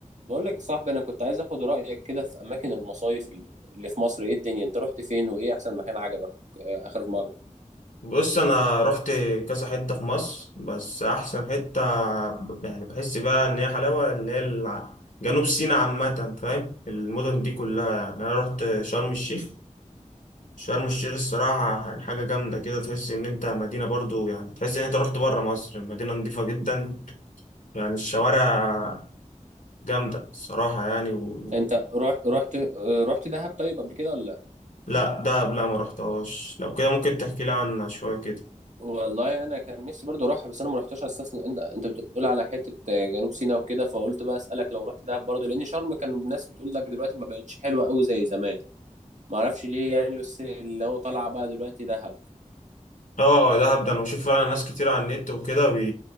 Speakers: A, on the right; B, on the left.
A: بقول لك يا صاحبي انا كنت عايز اخد رايك كده في اماكن المصايف اللي اللي في مصر ايه الدنيا انت رحت فين وايه احسن مكان عجبك آه، اخر مره
B: بص انا رحت كذا حته في مصر بس احسن حته ب- يعني بحس بقى ان هي حلاوه اللي هي الع- جنوب سيناء عامه فاهم المدن دي كلها يعني انا رحت شرم الشيخ شرم الشيخ الصراحه يعني حاجه جامده كده تحس ان انت مدينه برضو يعني تحس ان انت رحت بره مصر المدينه نظيفه جدا يعني الشوارع جامده الصراحه يعني و...
A: انت رحت رحت آه، رحت دهب طيب قبل كده ولا لا
B: لا ده لا ما رحتهاش لو كده ممكن تحكي لي عنها شويه كده
A: والله انا كان نفسي برضو اروحها بس انا ما رحتش استسلم انت انت بتقول على حته آه، جنوب سيناء وكده فقلت بقى اسالك لو رحت دهب برضو لان شرم كان الناس بتقول لك دلوقتي ما بقتش حلوه قوي زي زمان ما اعرفش ليه يعني بس اللي هو طالعه بقى دلوقتي دهب
B: اه دهب ده انا بشوف فعلا ناس كتير على النت وكده بي...